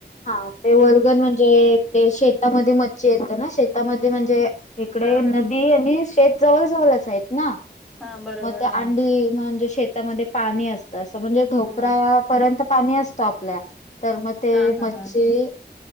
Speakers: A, on the left; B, in the centre.
A: हा ते वर्गन
B: हम्म,
A: म्हणजे, ते शेतामध्ये मच्छी येतं ना शेतामध्ये म्हणजे
B: हम्म,
A: इकडे
B: हा
A: नदीआणि शेत जवळ जवळच आहेत ना,
B: हा बरोबर
A: मग ते
B: हा
A: अंडी म्हणजे शेतामध्ये पाणी असतं. म्हणजे ढोपरा
B: हम्म,
A: पर्यंत पाणी असतो आपल्या तर मग, ते
B: हा हा
A: मच्छी
B: हा